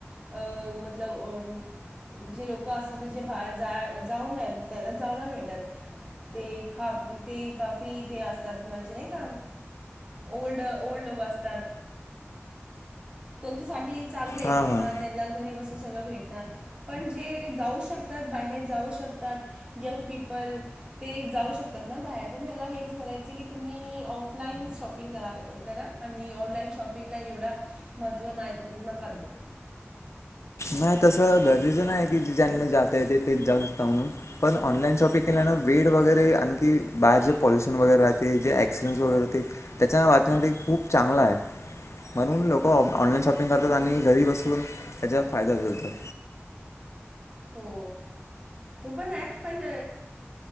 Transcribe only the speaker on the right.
अ मतलब जे लोक असतात, जे बाहेर जा- जाऊन त्यांना जाऊना भेटत ते ते काफी ते असतात म्हणजे नाही का, ओल्ड ओल्ड लोक असतात. त्यांच्यासाठी- चांगले
की हा
त्यांना घरी बस- सगळं भेटणार पण जे जाऊ शकतात, बाहेर जाऊ शकतात यंग पीपल ते जाऊ शकतात ना, बाहेर तर मला हेच म्हणायचं की तुम्ही ऑफलाईन शॉपिंग करा, करा आणि ऑनलाईन शॉपिंगला एवढा महत्त्व नाही, नका दिऊ.
हो तो पण आहे, पण